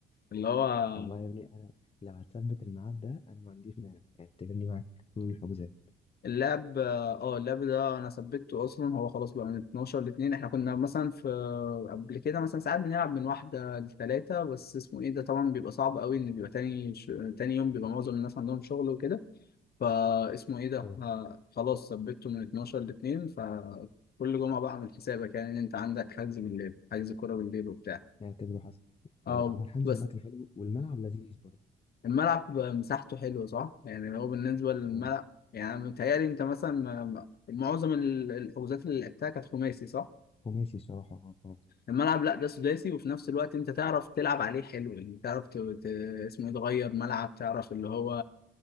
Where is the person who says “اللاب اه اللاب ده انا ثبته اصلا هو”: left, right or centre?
Left